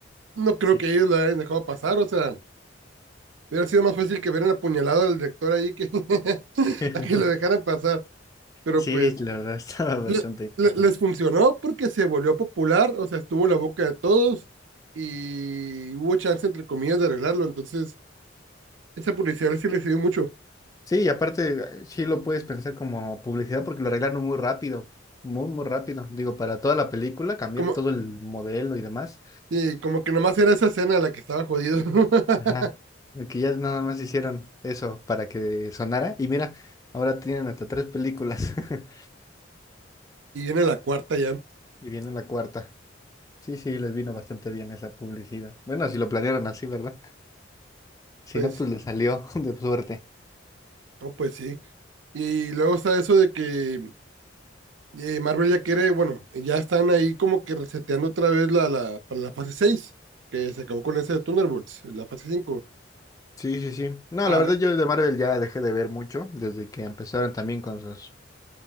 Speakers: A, on the right; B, on the left.
A: No creo
B: Sí.
A: que ellos lo hayan dejado pasar, o sea, hubiera sido más fácil que hubieran apuñalado al director ahí que, <laughs>
B: <laughs>
A: a que lo dejaran pasar, pero
B: Sí,
A: pues...
B: la verdad <laughs> estaba bastante
A: le-
B: interesante.
A: le- les funcionó porque se volvió popular, o sea, estuvo en la boca de todos y hubo chance, entre comillas, de arreglarlo. Entonces, esa publicidad sí le sirvió mucho.
B: Sí, y aparte, eh, sí lo puedes pensar como publicidad porque lo arreglaron muy rápido. Muy, muy rápido. Digo, para toda la película, cambiar
A: Como,
B: todo el modelo y demás.
A: y como que nomás era esa escena la que estaba jodido. <laughs>
B: Ajá. Que ya nada más hicieron eso para que sonara. Y mira, ahora tienen hasta tres películas. <laughs>
A: Y viene la cuarta ya.
B: Y viene la cuarta. Sí, sí, les vino bastante bien esa publicidad. Bueno, si lo planearon así, ¿verdad? Si
A: Pues,
B: no, pues le salió <laughs> de suerte.
A: no, pues sí. Y luego está eso de que eh, Marvel ya quiere, bueno, ya están ahí como que reseteando otra vez la, la, para la fase 6 que se acabó con ese de Thunderbolts, la fase cinco
B: Sí, sí, sí. No, la
A: A
B: verdad
A: ver,
B: yo de Marvel ya dejé de ver mucho desde que empezaron también con sus